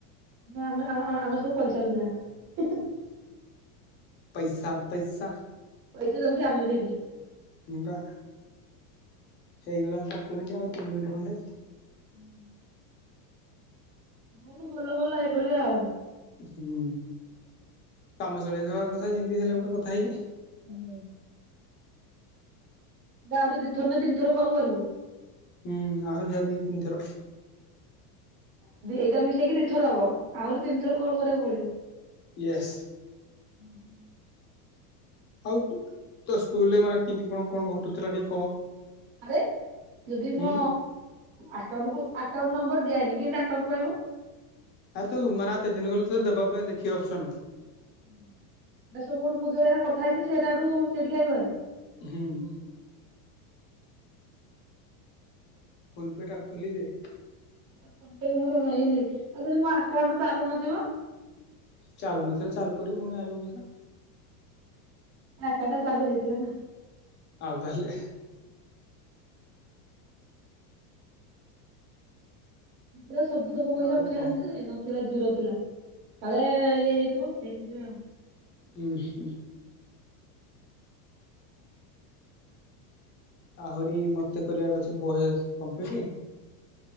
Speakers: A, on the right (about 25°); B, on the left (about 20°).
A: ଆମେ ଆମେ ଆ ସବୁ ପଇସା ଲୋଭୀ ଗୁରା।
B: ପଇସା ପଇସା।
A: ପଇସା ଯୋଉଠି ଆମେ ସେଇଠି।
B: ହୁଁ ପା ସେଇଗଲା ସାତ ମିନିଟ ଆଉ ତିନି ମିନିଟ ଖଣ୍ଡେ।
A: ହୁଁ। ହେନ୍ତି ଭଲ ଭଲ ହେଇପଡିବ ଆଉ।
B: ହୁଁ କାମ ଚଳେଇଦବା କଥା। ହେଲେ
A: ହୁଁ
B: ଗୋଟେ କଥା ହେଇକି
A: ହୁଁ ବା ଆହୁରି ଦି ଥର ନା ତିନିଥର କଲ କରିବୁ?
B: ହୁଁ ଆହୁରି ଯାଇ ଦି ତିନି ଥର।
A: ଏଇଟା ମିଶେଇକି ଦିଥର ହବ, ଆହୁରି ତିନିଥର କଲ କରିବାକୁ ପଡିବ।
B: ୟେସ।
A: ଉଁ ହୁ
B: ଆଉ ତୋ ସ୍କୁଲରେ ମାନେ କେମତି କଣ କଣ ଘଟୁଥିଲା, ଟିକେ କହ?
A: ଆରେ ଯଦି ମୋ
B: ହୁଁ।
A: ଆକାଉଣ୍ଟକୁ ଆକାଉଣ୍ଟ ନମ୍ବର ଦିଆହେଇନି, କେମତି ଆକାଉଣ୍ଟ ଆଇବ?
B: ଆରେ ତୁ ମାନେ କେତେ ଦିନ ଗଲେ ତ ଦେବା ପାଇଁ ଦେଖିବ ଅପସନ।
A: ହୁଁ ଏ ସବୁ ମୁଁ ଯୋଉ କଥା ହେଇଛି, ସେଟାଡୁ ସେଠିକି ଆଇବବାରି।
B: ହୁଁ ଉଁ ଫୋନ୍ ପେ ଟା ଖୋଲିଦେ।
A: ଫୋନ ପେ କୁ ମୋର ହେଇନିରେ, ଆଉ ଯଦି ମୋ ଆକାଉଣ୍ଟ ଚାଲୁ ନଥିବ?
B: ଚାଲୁ ନଥିଲେ, ଚାଲୁ କରିବୁ, ପୁଣି ଆଇବ ପଇସା।
A: ଏକାଉଣ୍ଟଟା ଚାଲୁ ହେଇଥିଲା ନା।
B: ଆଉ ତାହାଲେ।
A: ମୁଁ ପୁରା ସବୁ ତକ ପଇସା
B: ଆଉ
A: ଉଠେଇ
B: କହ
A: ଆଣିଥିଲି, ନ ଥିଲା ଜିରୋ ଥିଲା, କାଳେ ଇଏ ହେଇଥିବ, ହେଇଥି ପାଇଁ ଆଉ।
B: ହୁଁ ହୁଁ। ଆହୁରି ମତେ କରିବାର ଅଛି, ବଏସ କମ୍ପଲିଟ୍।